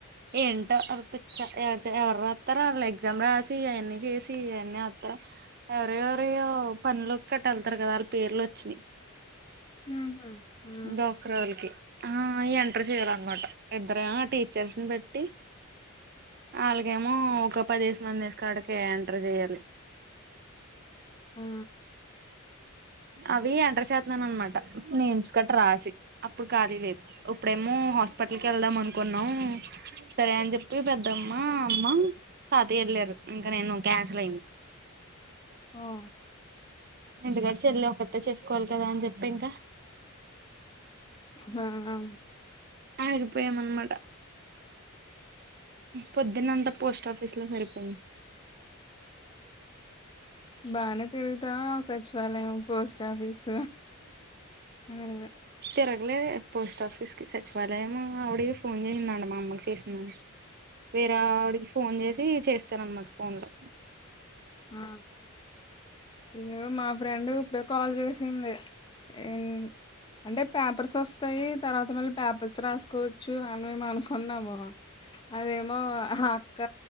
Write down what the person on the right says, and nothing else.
ఏంటో పచ్చ ఎవరు ఎవరు రాస్తారా వాళ్ళ ఎగ్జామ్ రాసి అవన్నీ చేసి ఇవన్నీ వస్తారా ఎవర ఎవరిో పనులు కట వెళ్తారు కదా వాళ్ళ పేర్లు వచ్చినాయి
డాక్టర్ వాళ్ళకి ఆ ఎంటర్ చెయ్యాల అన్నమాట ఇద్దర టీచర్స్ ని బట్టి వాళ్ళకేమో ఒక పదిేశ మంది వసు కాడికి ఎంటర్ చెయ్యాలి
అవి ఎంంటష అనమాట నేను ఇంచుకట్రా రాసి అప్పుడు ఖాళీ లేదు ఇప్పుడేమో హాస్పిటల్ క వెళ్దాం అనుకుని సరే అని చెప్పి పెద్దమ్మ అమ్మ తాత వెళ్ళారు ఇంకా నేను ల
ఎందుకలిసి వెళ్ళి ఒకరితో చేసుకోవాలి కదా అని చెప్పి ఇంకా
ఆగిపోయామన్నమాట పొద్దున్నంత పోస్ట్ ఆఫిస్ లోరేపని
తర అలే పోస్ట్ ఆఫీస్ కి సచివాలయం అవిడ ఫోన్ చేసిందండి మా అమ్మకి చేసిన వేరే ఆవిడికి ఫోన్ చేసి చేస్తాన అన్నమాట ఫోన్ లో